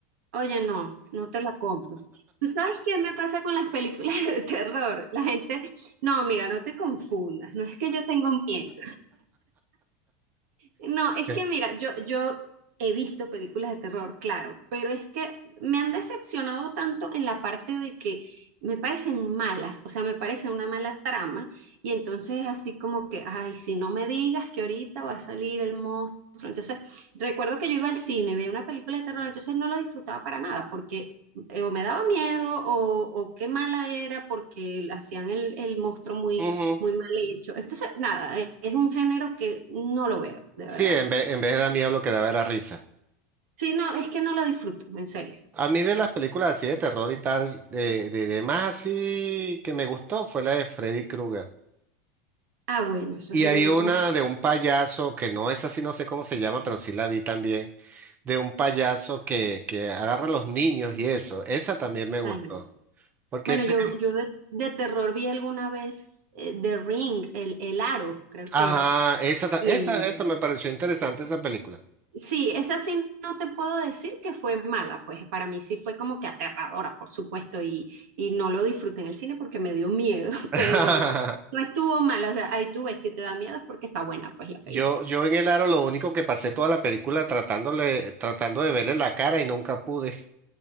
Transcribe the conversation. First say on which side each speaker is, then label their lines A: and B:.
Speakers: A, on the right; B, on the right.
A: Oye, no, no te la compro. ¿Tú sabes qué me pasa con las películas <laughs> de terror? La gente, no, mira, no te confundas, no es que yo tengo miedo. No, es
B: <laughs>
A: que mira, yo, yo he visto películas de terror, claro, pero es que me han decepcionado tanto en la parte de que me parecen malas, o sea, me parece una mala trama, y entonces así como que, ay, si no me digas que ahorita va a salir el monstruo. Entonces, recuerdo que yo iba al cine, veía una película de terror, entonces no lo disfrutaba para nada, porque eh, o me daba miedo o, o qué mala era porque hacían el, el monstruo muy
B: Ujú.
A: muy mal hecho. Entonces, nada, e- es un género que no lo veo, de verdad.
B: Sí, en vez, en vez de dar miedo lo que daba era risa.
A: Sí, no, es que no lo disfruto, en serio.
B: A mí de las películas así de terror y tal, eh, de, de más así que me gustó fue la de Freddy Krueger.
A: Ah, bueno, eso
B: Y
A: es un,
B: hay una
A: un
B: de un payaso, que no es así, no sé cómo se llama, pero sí la vi también, de un payaso que, que agarra a los niños y eso. Esa también me gustó.
A: extraño.
B: Porque
A: Bueno,
B: ese,
A: yo, yo de, de terror vi alguna vez eh, The Ring, el, el Aro, creo que
B: ajá,
A: era.
B: esa, ta-
A: Y
B: esa, esa me pareció interesante esa película.
A: sí, esa sí no te puedo decir que fue mala, pues para mí sí fue como que aterradora, por supuesto, y, y no lo disfruté en el cine porque me dio miedo, <laughs>
B: <laughs>
A: pero no estuvo mala, o sea, ahí tú ves, si te da miedo es porque está buena, pues la película.
B: Yo, yo en el aro lo único que pasé toda la película tratándole, tratando de verle la cara y nunca pude.